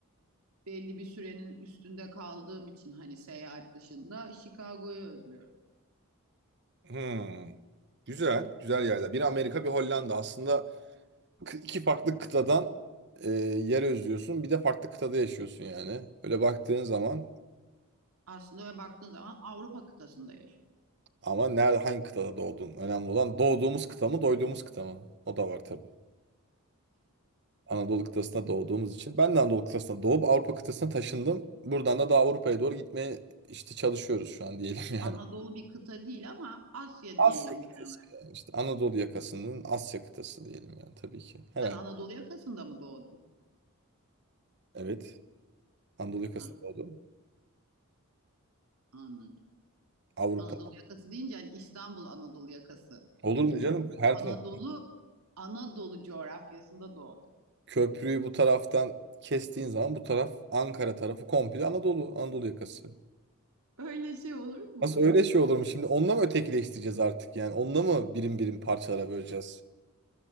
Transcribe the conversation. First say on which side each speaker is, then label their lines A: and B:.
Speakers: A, on the right (about 80°); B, on the right (about 50°).
A: belli bir sürenin üstünde kaldığım için hani seyahat dışında Chicago'yu özlüyorum.
B: hı. Güzel, güzel yerler. Bir Amerika, bir Hollanda. Aslında kı- iki farklı kıtadan eh, yer özlüyorsun. Bir de farklı kıtada yaşıyorsun yani. Öyle baktığın zaman.
A: Aslında ve baktığın zaman Avrupa kıtasında yaşıyorum.
B: Ama nerede hangi kıtada doğdun? Önemli olan doğduğumuz kıta mı, doyduğumuz kıta mı? O da var tabii. Anadolu kıtasında doğduğumuz için. Ben de Anadolu kıtasında doğup Avrupa kıtasına taşındım. Buradan da daha Avrupa'ya doğru gitmeye işte çalışıyoruz şu an diyelim <laughs>
A: Anadolu
B: yani.
A: bir kıta değil ama Asya
B: Asya
A: diyelim
B: kıtası
A: genel olarak.
B: yani işte Anadolu yakasının Asya kıtası diyelim yani tabii ki. Herhalde.
A: Sen Anadolu yakasında mı doğdun?
B: Evet. Anadolu yakasında
A: Ha,
B: doğdum.
A: anladım.
B: Avrupa.
A: Anadolu yakası deyince hani İstanbul Anadolu yakası
B: Olur
A: geliyor
B: mu canım?
A: yani.
B: Her taraf.
A: Anadolu Anadolu coğrafyasında doğdu.
B: Köprüyü bu taraftan kestiğin zaman bu taraf Ankara tarafı komple Anadolu. Anadolu yakası.
A: Öyle şey olur mu?
B: Nasıl öyle şey olur mu şimdi? Onunla mı ötekileştireceğiz artık yani? Onunla mı birim birim parçalara böleceğiz?